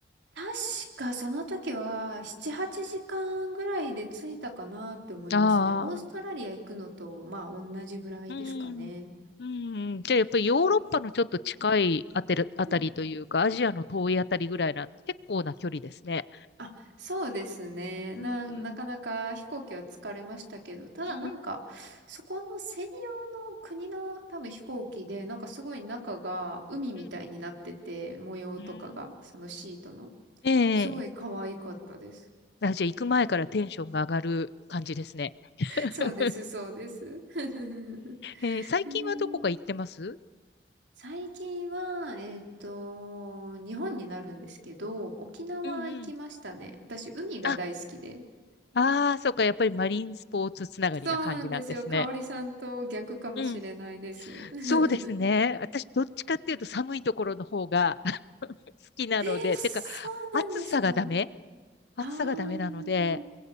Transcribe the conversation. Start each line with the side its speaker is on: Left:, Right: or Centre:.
Right: 確かその時は7、8時間ぐらいで着いたかなって思いますね。
Left: ああ、
Right: オーストラリア行くのと、まあ同じぐらいですかね。
Left: うん、うん。じゃあやっぱりヨーロッパのちょっと近いあてるあたりというか、
Right: うん
Left: アジアの遠いあたりぐらいな、結構な距離ですね。
Right: あ、そうですね。
Left: うん
Right: な、なかなか飛行機は疲れましたけど、ただなんか、
Left: うん、うん、
Right: そこの専用の国の多分飛行機で、なんかすごい中が海みたいになってて、
Left: うん。
Right: 模様とかが、
Left: うん
Right: そのシートの。
Left: え
Right: すごい可愛かったです。
Left: え。あ、じゃあ行く前からテンションが上がる感じですね。<laughs>
Right: そうです、そうです。<laughs>
Left: ええ、最近はどこか行ってます
Right: へえ最近は、えっと、日本になるんですけど、沖縄行きましたね。
Left: うんうん。
Right: 私、海が大好きで。
Left: あ、ああ、そうか、やっぱりマリンスポーツつながりな感じなんですね。
Right: そうなんですよ。香織さんと逆かもしれないです。
Left: うん。
Right: <laughs>
Left: そうですね。私、どっちかっていうと寒いところの方が <laughs> 好きなので、
Right: えー、そうなんですかあ
Left: てか、暑さがダメ暑さがダメなので、
Right: あー、